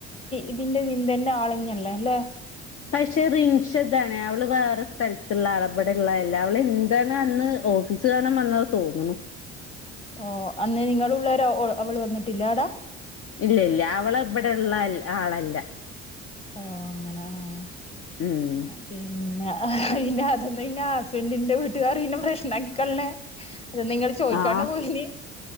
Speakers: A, on the left; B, on the left.
A: ഇതിന്റെ നീന്ത തന്നെ ആളഞ്ഞല്ലേ അല്ലെ
B: പക്ഷെ റിൻഷദ്ണ് അവള് വേറെ സ്ഥലത്തുള്ള അളപടെ ഉള്ളല്ല അവൾ എന്താണ് അന്ന് ഓഫീസ് <unintelligible> തോന്നുന്നു
A: ഓ അന്ന് നിങ്ങള്‌ ഉള്ളേരെ ഓൾ അവൾ വന്നിട്ടില്ല ആടെ
B: ഇല്ല ഇല്ല അവള ഇവിടെള്ള ആളല്ല
A: ഓഹ് അങ്ങന ആഹ്
B: ഉം
A: പിന്നെ പിന്നെ അതന്ന ഇന്നെ ഹസ്ബൻഡിന്റെ വീട്ടുകാർ പിന്നെ പ്രശ്നമാക്കിക്കൊള്ളണേ അത നിങ്ങള് ചോയ്ക്കാണ്ട
B: ആഹ്
A: പോയിന്